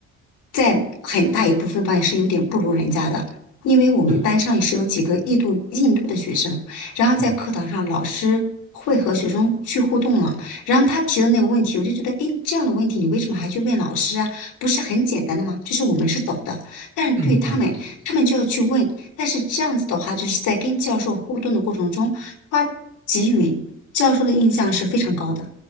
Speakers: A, on the left; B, on the right.
A: 在很大一部分方面是有点不如人家的。因为我们班上也是有几个印度印度的学生，
B: 是的，是，
A: 然后在课堂上，
B: 嗯
A: 老师会和学生去互动嘛？然后他提的那个问题，我就觉得，诶，这样的问题你为什么还去问老师啊？不是很简单的吗？就是我们是懂的，但是对他们，
B: 嗯嗯，
A: 他们就要去问。但是这样子的话，就是在跟教授互动的过程中，他给予教授的印象是非常高的。